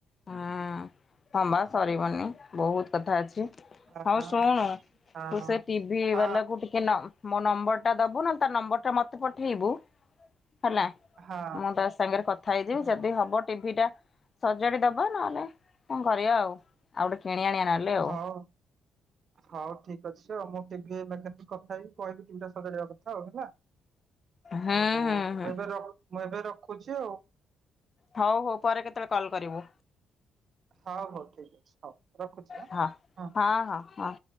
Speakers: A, on the left (about 35°); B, on the right (about 55°).
A: ହୁଁ ହଁବା ସରିବନି ବହୁତ କଥା ଅଛି।
B: ହଁ।
A: ହଉ ଶୁଣୁ
B: ହଁ
A: ତୁ ସେ ଟିଭିି
B: ହଁ
A: ବାଲା କି ନ ମୋ ନମ୍ବର ଟା ଦବୁ ନା ତା ନମ୍ବର ଟା ମତେ ତ ପଠେଇବୁ ହେଲା
B: ହଁ
A: ମୁଁ ତା ସାଙ୍ଗରେ କଥା ହେଇଯିବି
B: ହୁଁ
A: ଯଦି ହବ ଟିଭି ଟା ସଜାଡି ଦବା ନହେଲେ କଣ କରିବା ଆଉ ଆଉ ଗୋଟେ କିଣି ଆଣିବା ନହେଲେ। ଆଉ
B: ହଉ। ହଉ ଠିକ ଅଛି ଆଉ ମୁଁ ଟଟିଭି ମେକାନିକ କଥା ହେଇି କହିବି ଟିଭିଟା ସଜାଡିବା କଥା ଆଉ ହେଲା।
A: ହୁଁ ହୁଁ
B: ହଉ ମୁଁ
A: ହୁଁ
B: ଏବେ ର ମୁଁ ଏବେ ରଖୁଛି ଆଉ।
A: ହଉ ହଉ ପରେ କେତେବେଳେ କଲ୍ କରିବୁ
B: ହଉ ହଉ ଠିକ ଅଛି ହଉ ରଖୁଛି। ଆଁ।
A: ହଁ ହଁ ହଁ ହଁ।